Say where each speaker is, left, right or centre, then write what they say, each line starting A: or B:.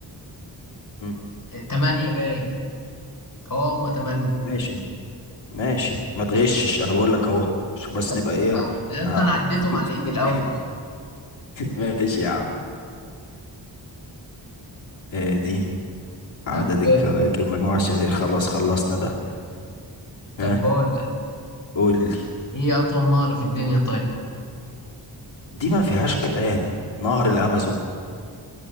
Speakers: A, on the left; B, on the left.
A: مم.
B: إيه، تمانية باي اه هما تمانية
A: ماشي ماشي ما تغشش انا بقول لك اهو شو بس
B: لا
A: نبقى
B: يا
A: ايه
B: اسطى يا اسطى
A: ها.
B: أنا عديتهم على إيدي
A: <laughs>
B: الأول
A: ماشي يا عم إيه دي عدد
B: طب
A: الكواكب المجموعة الشمسية خلاص خلصنا ده
B: طب
A: ها
B: بقول لك
A: قول لي
B: إيه أطول نهر في الدنيا طيب
A: دي ما فيهاش كلام نهر الامازون